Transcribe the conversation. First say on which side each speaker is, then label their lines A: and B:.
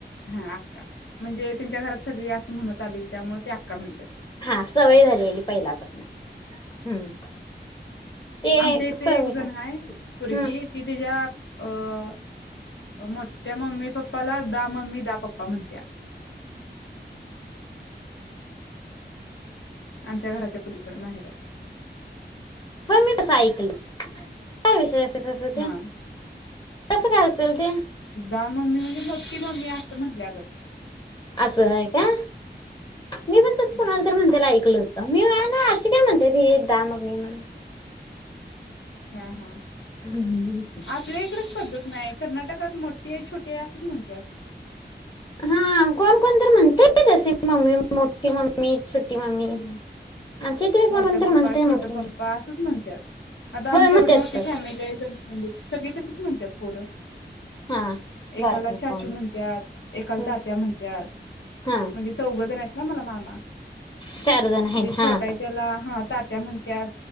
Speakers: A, on the left; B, on the left.
A: हा अक्का म्हणजे त्यांच्या घरात सगळी असं म्हणत आलेली त्यामुळे ते आक्का म्हणत्यात
B: हा सवय झालेली पहिल्यापास्न हम्म ते
A: आमच्या इथे
B: सवय
A: एक जण हाय
B: हम्म
A: पुरगी ती तिज्या अं मोठ्या मम्मी पप्पाला दा मम्मी दा पप्पा म्हणत्या. आमच्या घराच्या पलीकडं माहेरात.
B: हो मी तसं ऐकल काय विषय असे तस ते.
A: हा
B: कसं काय असंल ते
A: दहा मम्मी म्हणजे मोठी मम्मी असं म्हणल्यागत.
B: असं आहे काय, मी म्हणतस कोणाल
A: हा
B: तर म्हण त्याला ऐकलं होत, मी ना अशी काय म्हणत्यात ही दा मम्मी म्हणून.
A: हम् हम्
B: <inaudible>
A: आपल्या इकडंच पद्धत नाय. कर्नाटकात मोठी आई छोटी आई असंच म्हणत्यात
B: हा कोण कोण तर म्हणतय की तसं, मम्मी मोठी मम्मी, छोटी मम्मी
A: ह
B: आमच्या इथे बी कोण
A: मोठं
B: कोण
A: पप्पा
B: तर म्हणतय
A: छोटं
B: मोठी मम्मी
A: पप्पा असंच म्हणत्यात आता
B: होय
A: आमची
B: म्हणत्यात
A: एवढी मोठी
B: तर
A: फॅमिलीय <unintelligible> सगळी तशीच म्हणत्यात पोरं
B: हा बारकी
A: एकाला चाचू
B: कोण
A: म्हणत्यात एकाला
B: हम्म
A: तात्या म्हणत्यात
B: हा
A: म्हणजे चौघंजणयत ना मला मामा
B: चार जण आहेत
A: जे
B: हा
A: छोटाय त्याला हा तात्या म्हणत्यात